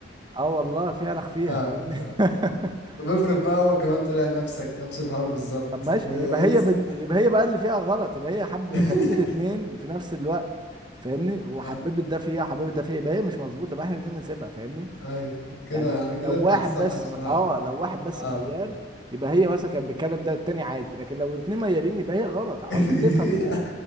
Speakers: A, on the right (about 25°); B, on the left (about 90°).
A: اه والله في
B: <laughs>
A: الخ فيها
B: فاهمك
A: فاهمني
B: فاهم
A: <laughs>
B: طب افرض بقى هو كمان طلع نفسك نفس الحوار بالظبط
A: طب ماشي
B: وانسى
A: يبقى هي بن... يبقى هي بقى اللي فيها غلط يبقى هي حب
B: <laughs>
A: كلمت اتنين في نفس الوقت فاهمني وحببت
B: اه
A: ده فيها وحببت ده فيها يبقى هي مش مظبوطه يبقى احنا عايزين نسيبها فاهمني
B: ايوه كده
A: يعني ل-
B: كده
A: لو واحد
B: انت على الصح
A: بس
B: بصراحة
A: م... اه
B: قوي
A: لو واحد بس
B: اه
A: ميال يبقى هي مثلا كانت بتتكلم ده التاني عادي لكن لو اتنين ميالين يبقى هي غلط على
B: <laughs>
A: طول تفهم من